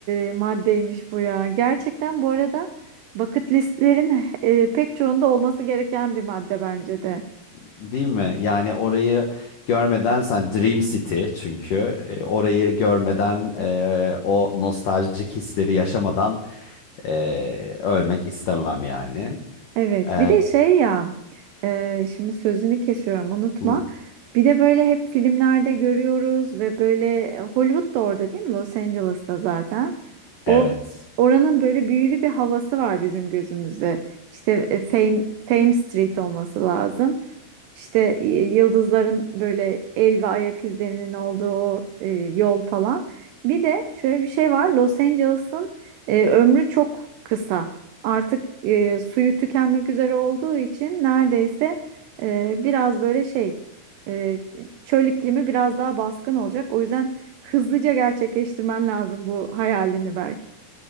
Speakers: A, on the right; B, on the left.
A: e, maddeymiş bu ya. Gerçekten bu arada bucket listlerin e, pek çoğunda olması gereken bir madde bence de.
B: Değil mi? Yani orayı görmeden sen Dream City çünkü e, orayı görmeden e, o nostaljik hisleri yaşamadan e, ölmek istemem yani.
A: Evet,
B: E,
A: bir de şey ya, e, şimdi sözünü kesiyorum, unutma.
B: hı,
A: Bir de böyle hep filmlerde görüyoruz ve böyle Hollywood da orada değil mi? Los Angeles'ta zaten.
B: evet.
A: O oranın böyle büyülü bir havası var bizim gözümüzde. İşte e, Fame Fame Street olması lazım. İşte e, yıldızların böyle el ve ayak izlerinin olduğu o, e, yol falan. Bir de şöyle bir şey var. Los Angeles'ın e, ömrü çok kısa artık e, suyu tükenmek üzere olduğu için neredeyse e, biraz böyle şey e, çöl iklimi biraz daha baskın olacak. O yüzden hızlıca gerçekleştirmen lazım bu hayalini Berk.